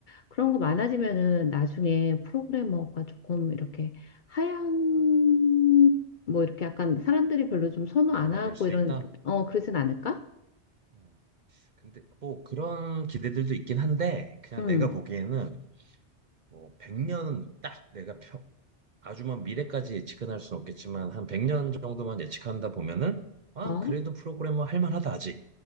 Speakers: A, on the left (about 50°); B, on the right (about 45°).
A: 그런 거 많아지면은
B: 어,
A: 나중에 프로그래머가 조금 이렇게 하향 뭐 이렇게 약간 사람들이 별로 좀 선호
B: 다양화될
A: 안 하고
B: 수도
A: 이런
B: 있다.
A: 어 그러진 않을까?
B: 어. 근데 뭐 그런 기대들도 있긴 한데, 그냥
A: 응.
B: 내가 보기에는 뭐 100년은 딱 내가 아주 막 미래까지 예측은 할 수는 없겠지만 한 100년 정도만 예측한다 보면은 아
A: 어?
B: 그래도 프로그래머 할 만하다 아직